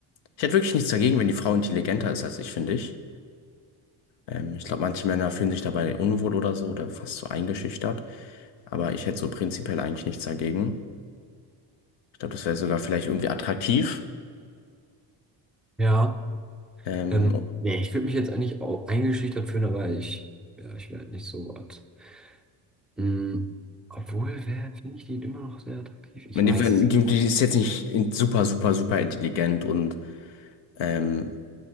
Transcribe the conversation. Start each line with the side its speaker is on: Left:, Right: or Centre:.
Left: ich hätte wirklich nichts dagegen, wenn die Frau intelligenter ist als ich, finde ich. Ähm, ich glaube, manche Männer fühlen sich dabei unwohl oder so oder fast so eingeschüchtert. Aber ich hätte so prinzipiell eigentlich nichts dagegen. Ich glaube, das wäre sogar vielleicht irgendwie attraktiv.
Centre: Ja.
Left: Ähm,
Centre: Ähm, nee, ich würde mich jetzt eigentlich auch eingeschüchtert fühlen, aber ich, ja, ich wäre halt nicht so was. Mm, obwohl, wer finde ich die immer noch sehr attraktiv? Ich
Left: wenn die,
Centre: weiß
Left: wenn
Centre: es nicht.
Left: die, die ist jetzt nicht in- super, super, super intelligent und, ähm,